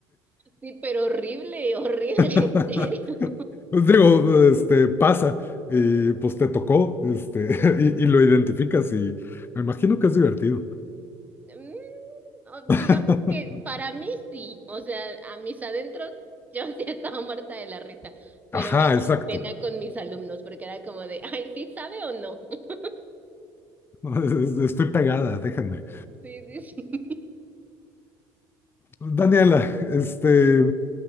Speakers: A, on the right (about 20°); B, on the left (about 25°).
A: Sí, pero horrible, horrible,
B: <laughs>
A: <laughs> en serio.
B: Pues digo, este, pasa y pues te tocó, este, <laughs> y, y lo identificas y me imagino que es divertido.
A: Mm, o
B: <laughs>
A: digamos que para mí sí, o sea, a mis adentros yo <laughs> sí estaba muerta de la risa,
B: Ajá,
A: pero me daba
B: exacto.
A: pena con mis alumnos porque era como de, ay, ¿sí sabe o no? <laughs>
B: No, Es- es- Estoy pegada, déjenme.
A: Sí, sí, sí.
B: Daniela, este,